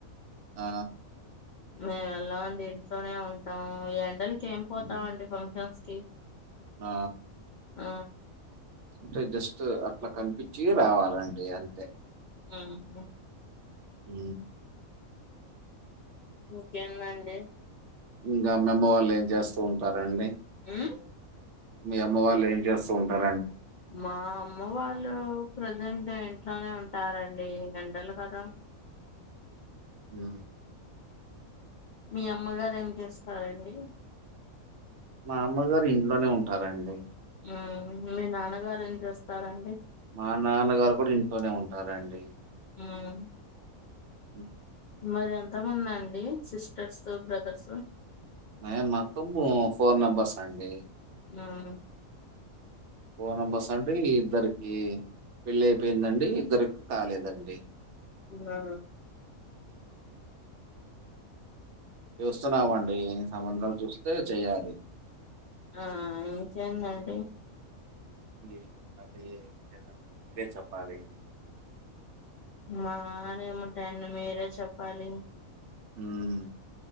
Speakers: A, on the right; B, on the left.
A: ఆ
B: మేము వెళ్లమండి ఇంట్లోనే ఉంటాం ఎండలకి ఏం పోతామండి
A: ఉమ్,
B: ఫంక్షన్స్ కే
A: ఆ
B: ఆ
A: అంటే జస్ట్ అట్లా కనిపించి రావాలండి అంతే
B: ఆహా
A: ఉ
B: ఇంకేందండి
A: ఇంకా మీ అమ్మ వాళ్ళు ఏం చేస్తా ఉంటారు అండి
B: మ్మ్
A: మీ అమ్మ వాళ్ళు ఏం చేస్తూ ఉంటారు
B: మా అమ్మ వాళ్ళు ప్రజెంట్ ఏ ఇంట్లోనే ఉంటారండీ ఎండలు కదా
A: ఆ
B: మీ అమ్మగారు ఏం చేస్తారండి
A: మా అమ్మగారు ఇంట్లోనే ఉంటారండి
B: మ్మ్ మీ నాన్నగారు ఏం చేస్తారండి
A: మా నాన్నగారు కూడా ఇంట్లోనే ఉంటారండి
B: అవునా
A: హ
B: మరి ఎంత మంది అండి సిస్టర్స్ బ్రదర్స్
A: మేం మొత్తం ఫోన్ నెంబర్స్ అండి
B: ఆ
A: ఫోన్ నెంబర్స్ అండి ఇద్దరికి పెళ్లి అయిపోయిందండి ఇద్దరికి కాలేదండి
B: ఉమ్మా
A: చూస్తున్నామండి సంబంధాలు చూస్తే చెయ్యాలి
B: ఆ ఇంకేందండి
A: ఏముందండీ <unintelligible> మీరే చెప్పాలి
B: మాదేముంటాయండి మీరే చెప్పాలి
A: ఉహ్